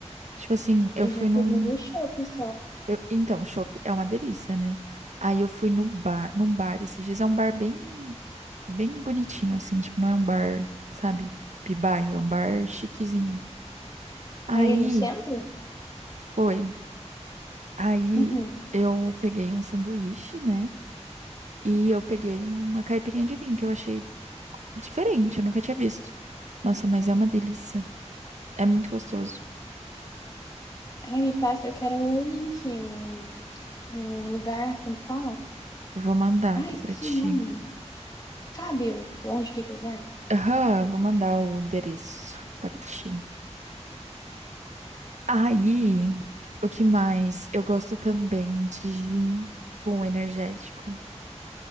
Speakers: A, on the right; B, on the left.
A: Tipo assim, eu
B: Eu
A: fui
B: já tomei
A: num.
B: no shopping só.
A: eu- então, chopp é uma delícia, né? Aí eu fui no bar, num bar esses dias. É um bar bem, bem bonitinho, assim. Tipo, não é um bar, sabe, de bairro, é um bar chiquezinho. Aí.
B: Ali no centro?
A: Foi. Aí
B: Uhum.
A: eu peguei um sanduíche, né? E eu peguei uma caipirinha de vinho que eu achei diferente, eu nunca tinha visto. Nossa, mas é uma delícia. É muito gostoso.
B: Ai, me passa, eu quero o link, o, o lugar, como que fala?
A: Vou mandar
B: Ah,
A: aqui
B: esqueci
A: pra ti.
B: o nome. Sabe o- onde fica o lugar?
A: Aham, vou mandar o endereço para ti. Aí, o que mais? Eu gosto também de gin com energético.